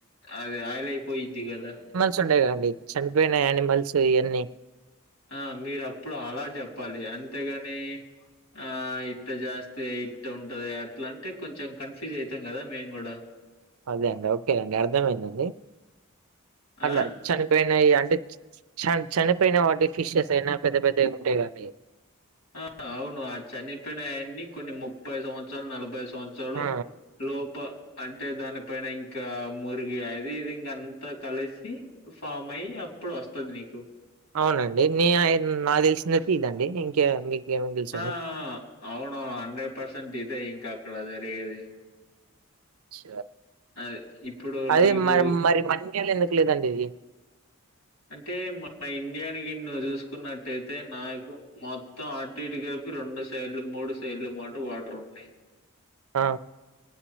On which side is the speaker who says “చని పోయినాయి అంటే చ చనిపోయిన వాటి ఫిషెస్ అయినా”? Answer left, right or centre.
Right